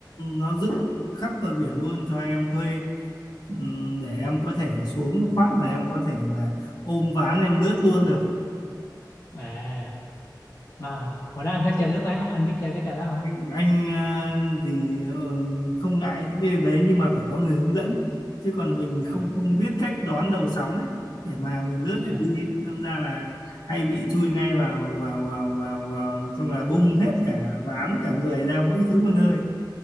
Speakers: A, on the left; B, on the left.
A: nó dựng khắp bờ biển luôn cho em thuê Ừm, để em có thể xuống phát là em có thể là ôm ván em lướt luôn được
B: À, mà hồi đó anh có chơi lướt ván không? Anh biết chơi cái trò đó không?
A: anh anh, à, thì ờ, không ngại những cái đấy nhưng mà phải có người hướng dẫn chứ còn mình
B: À,
A: không không biết cách đón đầu sóng ấy để mà mình lướt
B: dạ.
A: được đi ấy. Đâm ra là hay bị chui ngay vào vào vào vào, vào trong là bung hết cả ván cả người ra mỗi thứ một nơi